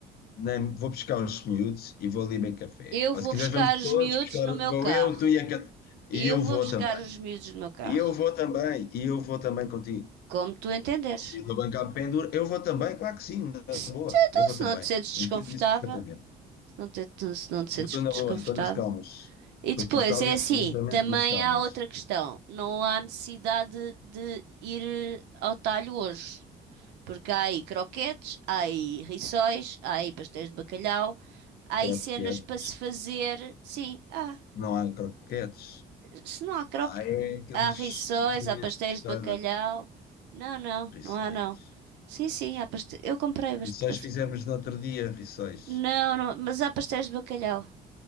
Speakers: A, on the left (about 65°); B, on the right (about 90°).
A: nem, vou buscar os miúdos e vou ali beber café.
B: Eu
A: Ou
B: vou
A: se quiseres,
B: buscar
A: vamos
B: os
A: todos
B: miúdos
A: buscar,
B: no meu
A: vou
B: carro.
A: eu, tu e a Cat... E
B: Eu
A: eu
B: vou
A: vou
B: buscar
A: também.
B: os miúdos no meu carro.
A: E eu vou também. E eu vou também contigo.
B: Como tu entenderes.
A: Se no banco há pendura, eu vou também, claro que sim, na
B: Se-
A: boa.
B: Então,
A: Eu vou
B: se
A: também.
B: não te sentes desconfortável,
A: Entendo isso perfeitamente.
B: se não te, se não te sentes
A: Eu Estou na
B: desconfortável.
A: boa, estou nas calmas.
B: E
A: Estou
B: depois,
A: total
B: é
A: e absolutamente
B: assim, também
A: nas calmas.
B: há outra questão. Não há necessidade de ir ao talho hoje. Porque há aí croquetes, há aí rissóis, há aí pastéis de bacalhau, há aí
A: Croquete,
B: cenas para se fazer. Sim, há.
A: não há croquetes.
B: Se não há croque...
A: Ah, é aqueles
B: Há rissóis,
A: barrinhas
B: há pastéis
A: de pescada.
B: de bacalhau. Não, não,
A: Rissóis.
B: não há não. Sim, sim, há pastéis. Eu comprei bastante
A: Rissóis
B: pastéis.
A: fizemos no outro dia, rissóis.
B: Não, não, mas há pastéis de bacalhau.